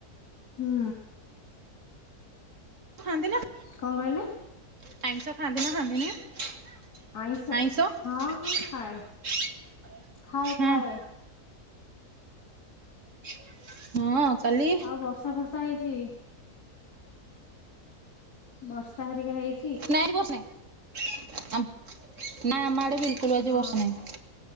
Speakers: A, on the left (about 80°); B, on the right (about 50°).
A: ହୁଁ
B: ଛନ୍ତି ନା?
A: କଣ କହିଲେ?
B: ଆଇଁଷ ଖାଆନ୍ତି ନା
A: ଆଇଁଷ
B: ଖାଆନ୍ତି
A: ହଁ
B: ନି?
A: ହଁ ଖାଏ।
B: ଆଇଁଷ ହୁଁ
A: ଖାଏ ଖାଏ।
B: ହଁ କାଲି
A: ଆଉ ବର୍ଷା ଫର୍ଷା ହେଇଛି? ବର୍ଷା ହେରିକା ହେଇଚି
B: ନାଇଁ ଆଜି ବର୍ଷ ନାହିଁ ଆମ ନାଇଁ ଆଡ଼େ ବିଲକୁଲ ଆଜି
A: ଅହ
B: ବର୍ଷନାହିଁ।